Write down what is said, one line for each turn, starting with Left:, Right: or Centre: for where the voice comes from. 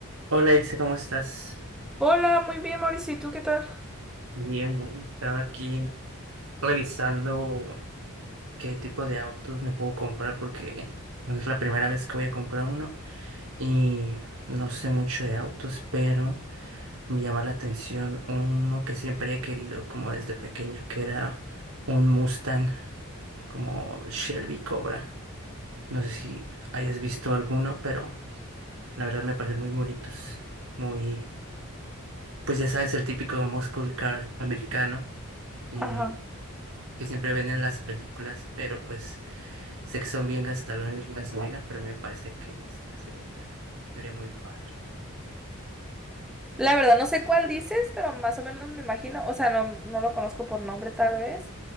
Right: Hola Ilse, ¿cómo estás?
Centre: Hola, muy bien, Mauricio. ¿Y tú qué tal?
Right: Bien, bien. estaba aquí revisando qué tipo de autos me puedo comprar porque bueno, es la primera vez que voy a comprar uno y no sé mucho de autos, pero me llama la atención uno que siempre he querido como desde pequeño, que era un Mustang como Shelby Cobra. No sé si hayas visto alguno, pero la verdad me parecen muy bonitos, muy Pues ya sabes, el típico muscle car americano y
Centre: Ajá.
Right: que siempre ven en las películas, pero pues sé que son bien gastalones en gasolina, pero me parece que este se vería, vería muy padre.
Centre: La verdad, no sé cuál dices, pero más o menos me imagino. O sea, no, no lo conozco por nombre, tal vez.